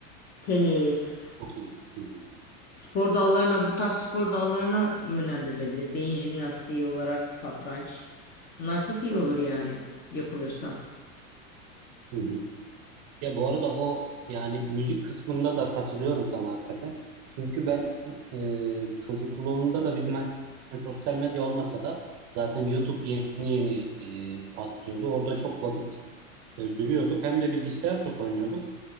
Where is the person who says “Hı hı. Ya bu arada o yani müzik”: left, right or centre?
Right